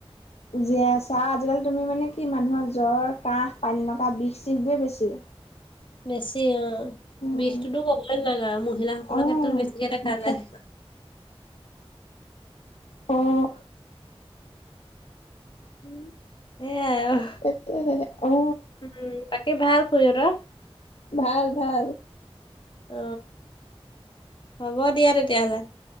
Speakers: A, on the left (about 80°); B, on the left (about 50°).
A: জীয়াই আছে আও আজিকালি তুমি মানে কি মানুহৰ জ্বৰ, কাহ, পানীলগা, বিষ চিষ বোৱে বেছি।
B: বেছি অঁ,
A: উম,
B: বিষটোতো ক'বই নালাগে আও মহিলাসকলৰ
A: অ',
B: ক্ষেত্ৰত বেছিকে দেখা
A: খেত
B: যায়।
A: অঁ।
B: উম সেয়াই আও।
A: তাকেহে অঁ।
B: উম বাকী ভাল খুৰী হঁতৰ?
A: ভাল ভাল।
B: অ অ হ'ব দিয়া তেতিয়াহলে।